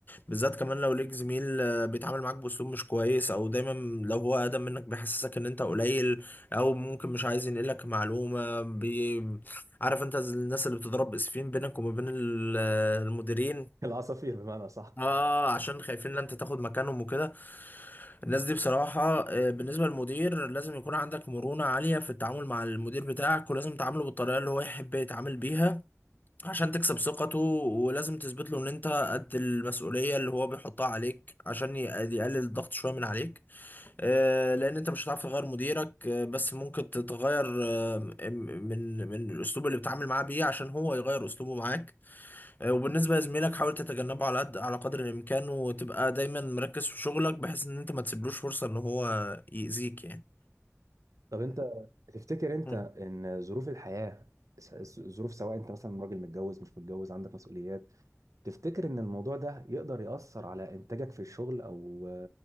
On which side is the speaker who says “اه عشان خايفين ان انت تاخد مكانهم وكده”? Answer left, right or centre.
Left